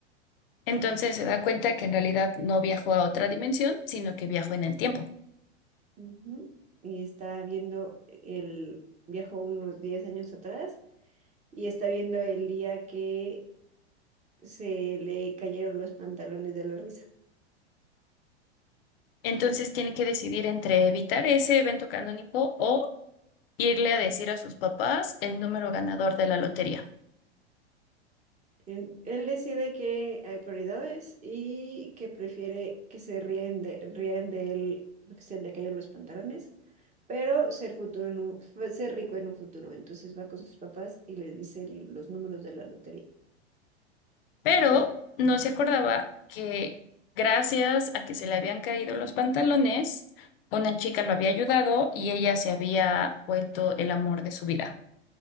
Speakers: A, on the left; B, on the right.
A: Entonces se da cuenta que en realidad no viajó a otra dimensión, sino que viajó en el tiempo.
B: Ujú. Y está viendo el, viajó unos 10 años atrás y está viendo el día que se le cayeron los pantalones de la risa.
A: Entonces tiene que decidir entre evitar ese evento canónico o irle a decir a sus papás el número ganador de la lotería.
B: En- Él decide que hay prioridades y que prefiere que se ríen de, rían de él porque se le cayeron los pantalones, pero ser futuro en un- ser rico en un futuro. Entonces va con sus papás y les dice los números de la lotería.
A: Pero no se acordaba que gracias a que se le habían caído los pantalones, una chica lo había ayudado y ella se había vuelto el amor de su vida.